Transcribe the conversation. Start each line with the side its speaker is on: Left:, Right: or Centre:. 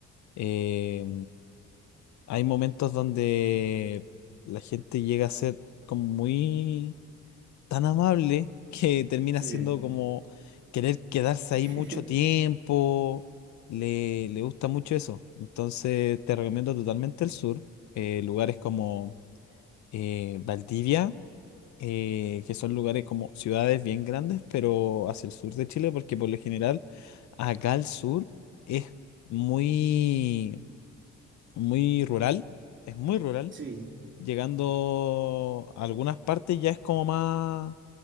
Left: Eh, hay momentos donde la gente llega a ser como muy tan amable que termina
Right: Sí.
Left: siendo como querer quedarse
Right: <laughs>
Left: ahí mucho tiempo. Le, le gusta mucho eso. Entonces te recomiendo totalmente el sur. eh, lugares como eh, Valdivia, eh, que son lugares como ciudades bien grandes, pero hacia el sur de Chile, porque por lo general acá al sur es muy, muy rural. Es muy rural
Right: Sí,
Left: llegando a algunas partes ya es como más,